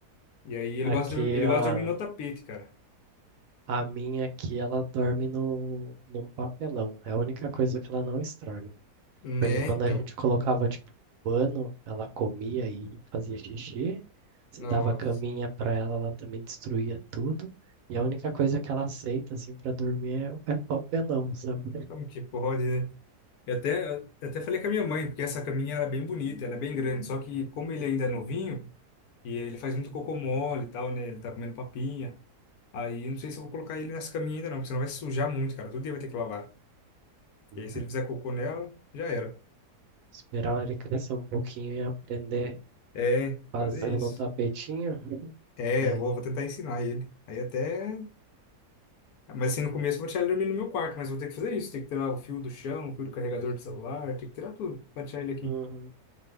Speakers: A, on the left; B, on the right.
A: E aí ele
B: Aqui,
A: gosta de, dormir- ele
B: a,
A: gosta de dormir no tapete, cara.
B: a minha aqui, ela dorme no, num papelão. É a única coisa que ela não estraga.
A: Né,
B: Porque quando
A: então.
B: a gente colocava, tipo, pano, ela comia e fazia xixi. Se
A: Nossa,
B: dava caminha pra ela, ela também destruía tudo. E a única coisa que ela aceita, assim, pra dormir é, é papelão, sabe?
A: como que pode, né? E até, eu até falei com a minha mãe, porque essa caminha era bem bonita, ela é bem grande, só que como ele ainda é novinho, e ele faz muito cocô mole e tal, né? Ele tá comendo papinha. Aí eu não sei se eu vou colocar ele nessa caminha ainda não, porque senão vai sujar muito, cara. Todo dia vai ter que lavar.
B: <laughs>
A: E aí se ele fizer cocô nela, já era.
B: Esperar ele crescer um pouquinho e aprender
A: É,
B: fazendo
A: fazer isso.
B: o tapetinho.
A: É,
B: Daí,
A: eu vou, vou tentar ensinar ele. Aí até Mas assim, no começo eu vou tirar ele dormir no meu quarto, mas eu vou ter que fazer isso. Tem que tirar o fio do chão, o fio do carregador do celular, tem que tirar tudo pra tirar ele aqui.
B: uhum.